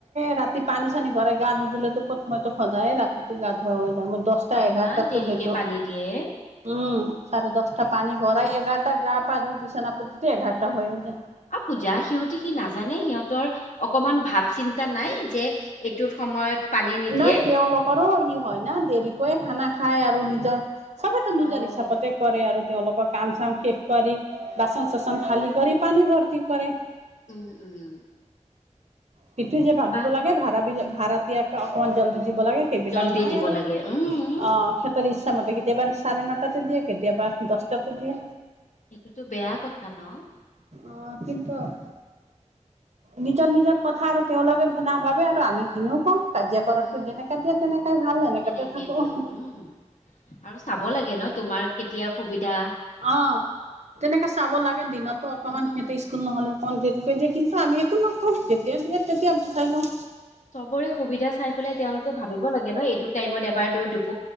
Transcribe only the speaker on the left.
আৰু
ইমান দেৰিকে
পানী দিয়ে
অ পূজা সিহঁতে কি নাজানে সিহঁতৰ অকণমান ভাৱ চিন্তা নাই যে এইটোত সময়ত? পানী নিদিয়ে
অ',
উম' উম'।
বা
জল্দি
দিব
লাগে উম
এইটো তো বেয়া কথা ন'?
উম
সেনেকে
দিয়ক উম আৰু চাব লাগে ন' তোমাৰ কেতিয়া সুবিধা।
উম
চবৰে সুবিধা চাই পেলাই তেওঁলোকে ভাবিব লাগে ন' এইটো টাইমত এবাৰ দিওঁ।